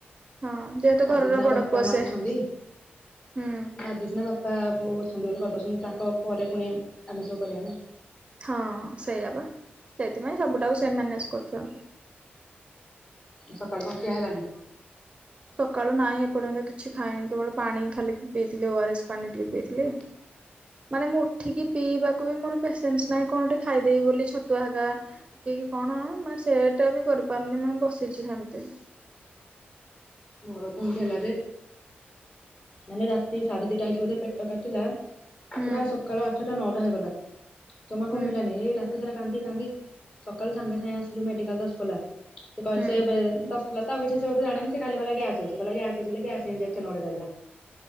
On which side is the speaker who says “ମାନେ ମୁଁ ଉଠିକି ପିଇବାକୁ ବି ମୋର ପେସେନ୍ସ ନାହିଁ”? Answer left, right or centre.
Right